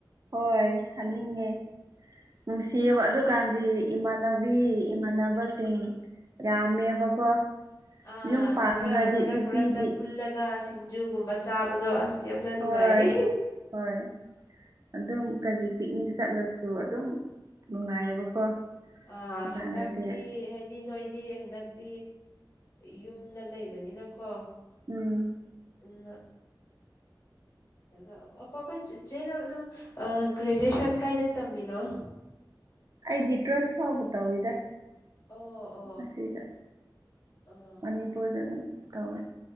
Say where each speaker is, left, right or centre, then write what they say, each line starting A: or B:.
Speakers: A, on the right; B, on the left.
A: ꯍꯣꯏ ꯑꯒꯦ ꯅꯨꯡ ꯁꯤꯌꯥꯕ ꯑꯗꯨ ꯍꯧꯖꯤꯀꯥꯟꯗꯤ ꯏꯃꯥꯟꯅꯕꯤ ꯏꯃꯥꯟꯅꯕꯁꯤꯡ ꯌꯥꯝꯃꯦꯕꯀꯣ
B: ꯑꯥ
A: ꯌꯨꯝ ꯄꯥꯟꯈ꯭ꯔꯗꯤ
B: ꯑꯗꯨꯒ ꯃꯔꯛ
A: ꯅꯨꯄꯤꯗꯤ
B: ꯃꯔꯛꯇ ꯄꯨꯜꯂꯒ ꯁꯤꯡꯖꯨꯒꯨꯝꯕ ꯆꯥꯕꯗꯣ ꯑꯁ ꯌꯥꯝꯅ ꯅꯨꯡꯉꯥꯏꯌꯦ
A: ꯍꯣꯏ ꯍꯣꯏ ꯑꯗꯨꯝ ꯀꯔꯤ ꯄꯤꯅꯤꯛ ꯆꯠꯂꯁꯨ ꯑꯗꯨꯝ ꯅꯨꯡꯉꯥꯏꯌꯦꯕꯀꯣ
B: ꯑ
A: ꯗꯨꯀꯥꯟꯗꯗꯤ
B: ꯍꯟꯗꯇ ꯍꯥꯏꯗꯤ ꯅꯣ ꯗꯤ ꯍꯟꯗꯛꯇꯤ ꯌꯨꯝꯗ ꯂꯩꯕꯅꯤꯅꯀꯣ
A: ꯎꯝ
B: ꯄꯨꯂꯞ ꯑꯗꯨꯗꯑ ꯑ ꯑꯈꯣ ꯆꯦ ꯅꯪꯪ ꯅꯪ ꯒ꯭ꯔꯦꯖꯨꯑꯦꯁꯟ ꯀꯥꯏꯗ ꯇꯝꯃꯤꯅꯣ <inaudible>
A: ꯑꯩꯗꯤ ꯇ꯭ꯔꯁ ꯐꯥꯎꯕ ꯇꯧꯋꯤꯗ
B: ꯑꯣ ꯑꯣ
A: ꯑꯁꯤꯗ
B: ꯑꯣ
A: ꯃꯅꯤꯄꯨꯔꯗ ꯑꯗꯨꯝ ꯇꯧꯋꯦ